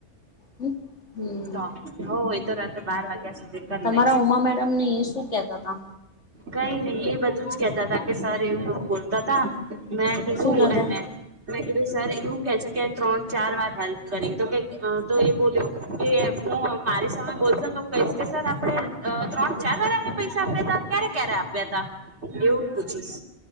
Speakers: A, on the left; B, on the right.
A: હમ
B: હ તો હો એ તો રાત્રે બાર વાગ્યા સુધી ઈ
A: તમારા ઉમા મેડમ ને એ શું કેતા હતા
B: કઈ નહ એ બધું જ કેતા તા કે સર એવું બોલતા તા મેં કીધું
A: શું કેતા
B: એને મેં કીધું સર એવું કે છે કે ત્રણ ચાર વાર હેલ્પ કરી તો કે હ તો એ બોલ્યો, કે હું મારી સામે બોલશ તો કહીશ કે સર આપડે ત્રણ ચા બારવાર એને પૈસા આપ્યા ત ક્યારે ક્યારે આપ્યા તા. એવું જ પૂછીશ,